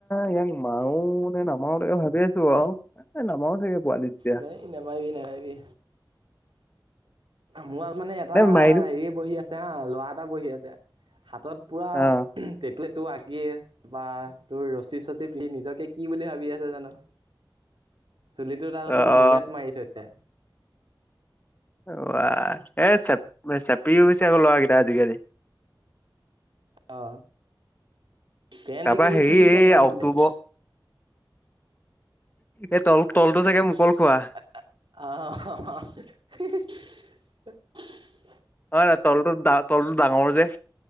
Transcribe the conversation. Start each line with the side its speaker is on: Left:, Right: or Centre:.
Left: ইয়াক মাৰো নামাৰো। তাকে ভাবি আছো আৰু এ নামা চাগে। পোৱালি তেতিয়া
Right: নাই নেমাইবি নেমাইবি। মোৰ আ মানে এটা হেৰিয়ে
Left: মাৰি দিও
Right: বহি আছে হা ল'ৰা এটা বহি আছে। হাতত পুৰা
Left: অ
Right: তেটো-তেটো আঁকি বা তোৰ ৰচী চচী পি নিজকে কি বুলি ভাবি আছে জানো চুলিত। টো তাত আকৌ
Left: অ
Right: মূলেত
Left: অ।
Right: মাৰি থৈছে।
Left: অ এ চ চেপৰিও গৈছে আজি কালি ল'ৰা কেইটা আজিকালি।
Right: অ, তে
Left: তাৰপা
Right: ন গ'লে
Left: হেৰি
Right: কি দি যাৰি
Left: এই
Right: যান
Left: অক্টোবৰ
Right: পিনে।
Left: এই তল তলটো
Right: আহ।
Left: চাগে মোকল খোৱা। অ নাই তলটো তল ডাঙৰৰ যে।